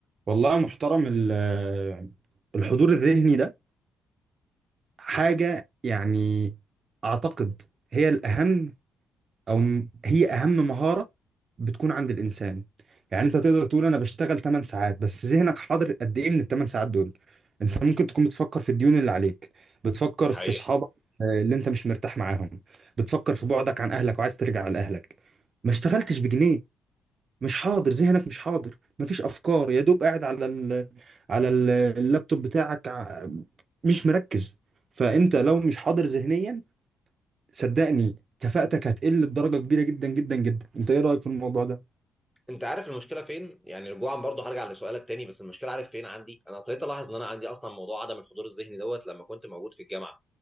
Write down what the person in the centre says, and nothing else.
دي حقيقة
م.
انت عارف المشكله فين يعني رجوعا برضو هرجع لسؤالك تاني بس المشكله عارف فين عندي انا ابتديت الاحظ ان انا عندي اصلا موضوع عدم الحضور الذهني دوت لما كنت موجود في الجامعه